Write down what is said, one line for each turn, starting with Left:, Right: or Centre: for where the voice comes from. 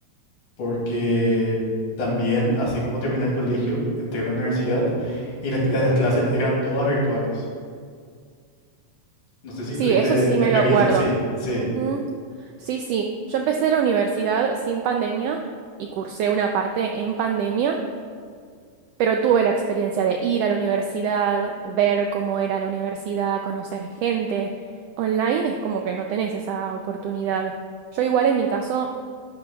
Left: porque también, así como terminé el colegio, entré a la universidad y la- la- las clases eran todas virtuales. No sé si
Right: Sí,
Left: tuviste
Right: eso sí me
Left: experiencia,
Right: lo acuerdo.
Left: sí, sí.
Right: Ujú. Sí, sí. Yo empecé la universidad sin pandemia y cursé una parte en pandemia, pero tuve la experiencia de ir a la universidad, ver cómo era la universidad, conocer gente. Online es como que no tenés esa oportunidad. Yo igual en mi caso